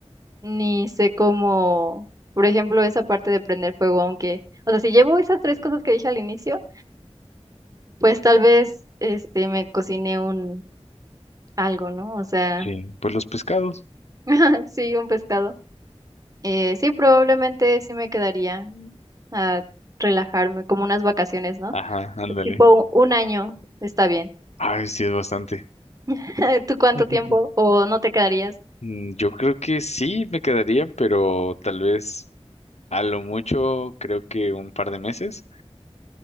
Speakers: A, on the right; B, on the left.
A: ni sé cómo, por ejemplo, esa parte de prender fuego, aunque, o sea, si llevo esas tres cosas que dije al inicio, pues tal vez, este, me cocine un algo, ¿no? O sea,
B: Sí. Pues los pescados.
A: <laughs> sí, un pescado. Eh, sí, probablemente sí me quedaría a relajarme, como unas vacaciones, ¿no?
B: Ajá, ándale.
A: Tipo un año, está bien.
B: Ay, sí, es bastante.
A: <laughs> ¿Tú cuánto
B: <laughs>
A: tiempo o no te quedarías?
B: Mm, Yo creo que sí me quedaría, pero tal vez a lo mucho creo que un par de meses